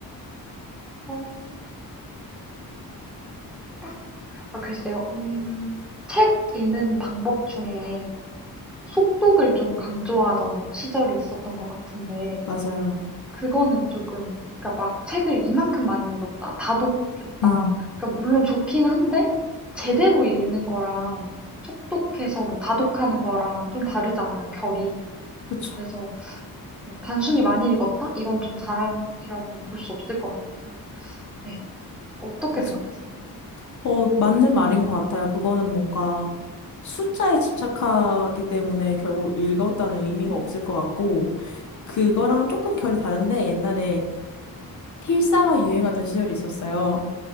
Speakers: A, in the centre; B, on the left (about 55°).
A: 어, 딱, 아, 글쎄요. 음, 책 읽는 방법 중에 속독을 좀 강조하던 시절이 있었던 것 같은데,
B: 맞아요.
A: 그거는 조금, 그러니까 막 책을 이만큼 많이 읽었다, 다독했다.
B: 음,
A: 그러니까 물론 좋긴 한데, 제대로 읽는 거랑 속독해서 뭐 다독하는 거랑 좀 다르잖아요, 결이.
B: 그쵸.
A: 그래서 네, 단순히 많이 읽었다? 이건 좀 자랑이라고는 볼 수 없을 것 같아서. 네, 어떻게
B: 맞아요.
A: 생각하세요?
B: 어, 맞는 말인 것 같아요. 그거는 뭔가 숫자에 집착하기 때문에 결국 읽었다는 의미가
A: 네.
B: 없을 것 같고, 그거랑은 조금 결이 다른데, 옛날에 필사가 유행하던 시절이 있었어요.